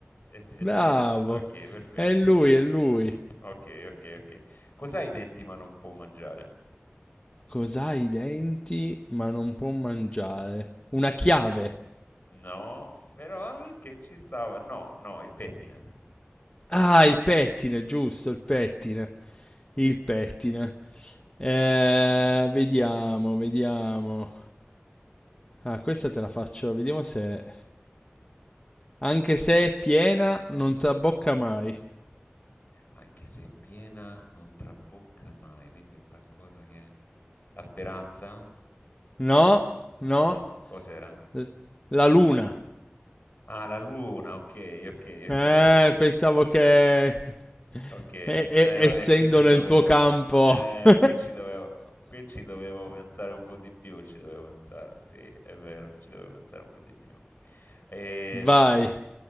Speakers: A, on the left; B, on the left.
A: È, s- è
B: bravo.
A: lui? Ok, perfetto.
B: È lui, è lui.
A: Ok, ok, ok. Cos'ha i denti ma non può mangiare?
B: Cos'ha i denti ma non può mangiare? Una chiave.
A: No, però eh, che ci stava? No, no, il pettine.
B: Ah, il pettine, giusto, il pettine. il pettine. Eh, vediamo, vediamo. Ah, questa te la faccio, vediamo se... Anche se è piena, non trabocca mai.
A: Anche se è piena non trabocca mai, quindi è qualcosa che... La speranza?
B: No, no.
A: No, cos'era?
B: L- La luna.
A: Ah, la luna, ok, ok,
B: Eh,
A: ok, ok.
B: pensavo che... <laughs> e-
A: Ok, eh,
B: e-
A: vabbè,
B: essendo
A: qui ci
B: nel
A: dovevo,
B: tuo campo...
A: eh,
B: <laughs>
A: qui ci dovevo, qui ci dovevo pensare un po' di più, ci dovevo pensare, sì, è vero, ci dovevo pensare un po' di più. Ehm,
B: Vai.